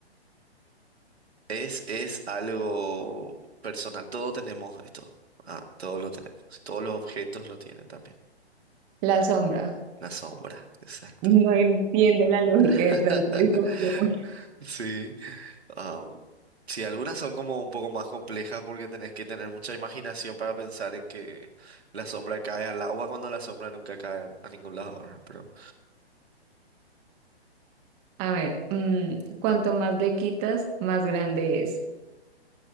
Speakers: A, on the right; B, on the right.
A: Es, es algo personal. Todos tenemos esto. Ah, todos lo tenemos. Todos los objetos lo tienen también.
B: La sombra.
A: La sombra, exacto.
B: No entiendo la lógica
A: <laughs>
B: detrás de eso, pero bueno.
A: Sí. Ah, sí, algunas son como un poco más complejas porque tenés que tener mucha imaginación para pensar en que la sombra cae al agua cuando la sombra nunca cae a ningún lado, ¿verdad? Pero
B: A ver, mm, cuanto más le quitas, más grande es.